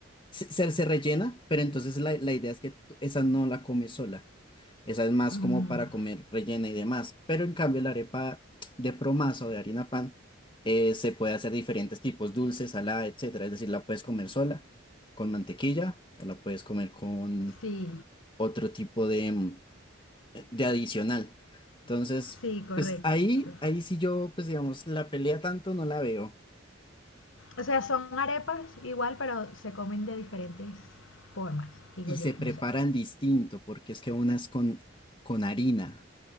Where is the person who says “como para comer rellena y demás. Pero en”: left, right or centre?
Left